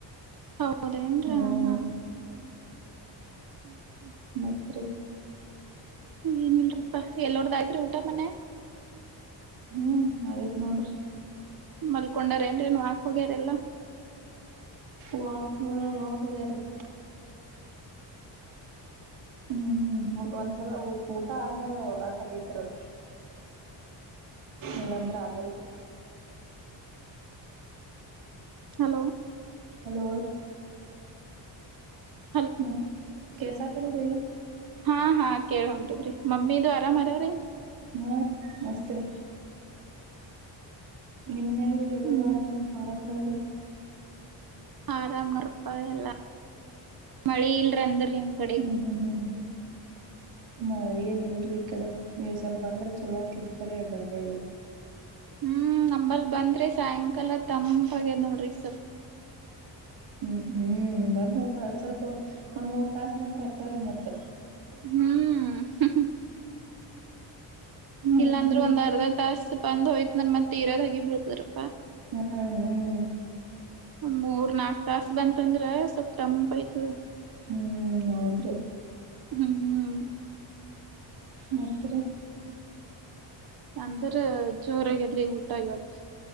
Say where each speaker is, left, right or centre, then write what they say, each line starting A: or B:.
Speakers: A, on the right; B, on the right.
A: ಹೌದೇಏನ್ರ
B: ಹ್ಮ್
A: ಹಾ ಹಾ ಹ್ಮ್
B: ಮತ್ ರಿ.
A: ಏನಲ್ರಪ್ಪಾ ಎಲ್ಲೋರ್ದ್ದಾಯ್ತ್? ಒ ಮನೆ
B: ಹ್ಮ್ ಆಗೈತ್ ನೋಡ್ರಿ
A: ಮಲ್ಕೊಂಡಾರ ಏನ್ರೀನು ವಾಕ್ ಹೋಗ್ಯಾರ ಎಲ್ಲ.
B: ವಾಕ್ ವಾಕೋಗ್ಯ ರೀ. ಹ್ಮ್ ಒಂದ್ಸಲ ಊ ಊಟ ಆದ್ಮೇಲೆ ಹೋಗಾಕ ಬೇಕ್ರಿ ಇಲ್ಲಾಂದ್ರ ಆಗಲ್ರಿ.
A: ಹಲೋ
B: ಹಲೋ
A: ಹ
B: ಮತ್ ಕೆಸ ತಿಲ್ರರಿ
A: ಹಾ ಹಾ ಕೇಳ ಉಂಟದ್ರಿ ಮಮ್ಮಿದು ಆರಾಮ ರಿ?
B: ಮ ರೀ ಮಸ್ತ್ ರೀ. ನಿಮ್ಮ ಮನ್ಯಾಗರಿ ಎಲ್ಲರೂ
A: ಹ್ಮ್ ಹ್ಮ್
B: ಆರ ಆರಾಮ ಅದೇ
A: ಆರಾಮ್ ನೋಡ್ಪ ಎಲ್ಲ, ಮಳಿ ಇಲ್ರ ಅಂದ್ರ ನಿಮ ಕಡೆ
B: ಹ್ಮ್ ಹ್ಮ್ ಹ್ಮ್ ಮಳಿ ಏನಿಳ್ರಿ ಈ ಕಡೆ ನೀವುಸಲ್ ಬಂದ್ರೆ ಚೊಲೋ ಹಾಕಿದ್ಕರ ಬಂದೇ ಇಲ್
A: ಹ್ಮ್ ನಂಬಲ್ ಬಂದ್ರಿ ಸಾಯಂಕಾಲ ತಂಪಾಗ್ಯದ್ ನೋಡ್ರಿ ಸ್ವಲ್
B: ಹ್ಮ್ ಹ್ಮ್ ಬರಬೋದ್ ಆ ಸ್ವಲ್ಪ ಒಂದ್ ಮೂರ್ ತಾಸ ಬಂದ್ರ ಅಟ್ಟರೀ ಮತ್ತ
A: ಹ್ಮ್ ಹ್
B: ಮತ್ರಿ
A: ಇಲ್ಲಾಂದ್ರೆ ಒಂದ್ ಅರ್ಧ ತಾಸಸ್ ಬಂದ್ ಹೊಯ್ತಂದ್ರ ಮತ್ತೆ ತರದ ಹಗ ರ
B: ಹ್ಮ್ ಹ್ಮ್
A: ಒಂದ್ ಮೂರ್ ನಾಲ್ಕ ತಾಸ್ ಬಂತಂದ್ರ ಸೊಲ್ಪ್ ತಂಪೈತದ
B: ಹ್ಮ್ ಮ್ ಹೌದ್ರಿ
A: ಹ್ಮ್ ಹ್ಹ್
B: ಮುದ್ರ
A: ಅಂದ್ರ ಜೋರಾಗ್ಯಾದ್ರಿ ಊಟ ಇವತ್